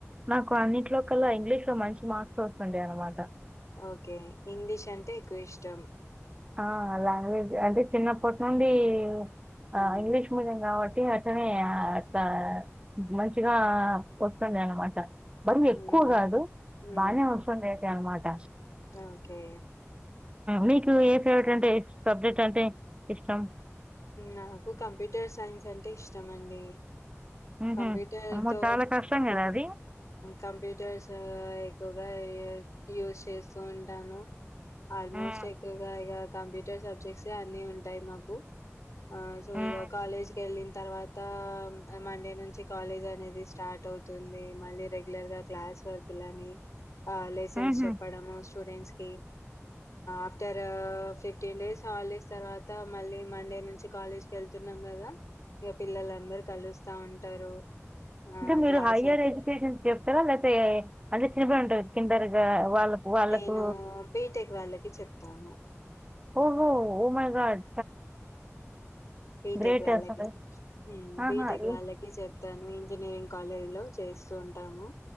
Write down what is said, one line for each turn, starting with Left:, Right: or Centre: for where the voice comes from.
Right: నాకు అన్నింటిలో కలా ఇంగ్లీష్ ఇ మంచి మార్క్స్ వస్తుండే అనమాట
Left: ఓకే ఇంగ్లీష్ అంటే ఎక్కువ ఇష్టం
Right: ఆ లాంగజ అంటే చిన్నప్పటి నుండి ఆ
Left: హ్మ్.
Right: ఇంగ్లీష్ మీడియం కాబట్టి అట్నే ఆ అ మంచిగా వస్తుంది అనమాట మరి ఎక్కువ
Left: హ్మ్.
Right: కాదు
Left: హ్మ్.
Right: బానే వస్తుందియితే అనమాట
Left: ఓకే.
Right: మీకు ఫవట్ అంటే సబ్జెక్ట్ అంటే ఇష్టం
Left: నాకు కంప్యూటర్ సైన్స్ అంటే ఇష్టమ అండి
Right: హుహు.
Left: కంప్యూటర్
Right: అమ్మో!
Left: త
Right: చాలా కష్టం కదా అది.
Left: కంప్యూటర్స్ ఎక్కువగా యూస్ చేస్తూ ఉంటాను ఆల్మోస్ట్
Right: హ్మ్.
Left: ఎక్కువగాయగా కంప్యూటర్ సబ్జెక్ట్స్ అన్ని ఉంటాయి మాకు ఆ సో
Right: హ్మ్.
Left: ఇగ కాలేజ్ క వెళ్ళంత తర్వాత మండే నుంచి కాలేజ్ అనేది స్టార్ట్ అవుతుంది మళ్ళీ రెగ్యులర్ గా క్లాస్ వర్కులని ఆ లైసెన్స్
Right: హుహు.
Left: చెప్పడము స్టూడెంట్స్ కి ఆఫ్టర్ ఫిఫ్టీన్ డేస్ హాలిడేస్ తర్వాత మళ్ళీ మండే. నుంచి కాలేజ్ కెళ్తున్నాం కదా ఇంక పిల్లలు అందరుూ కలుస్తా ఉంటారు ఆ
Right: ఇంకా మీరు
Left: క్లాస్
Right: హైయర్ ఎడ్యుకేషన్ చెప్తారా లేకపోతే అంటే చిన్నబడి ఉంటారు కిందర్గా వాళ్ళ వాళ్ళకు
Left: నేను బీటెక్ వాళ్ళకి చెప్తాను
Right: ఓహో oh my god
Left: BTech
Right: great
Left: వాళ్ళకి
Right: అసలు. ఆహా!
Left: బిటెక్
Right: ఏ
Left: వాళ్ళకి చెప్ తను ఇంజనీరింగ్ కాలేజ్ లో చేస్తూ ఉంటాము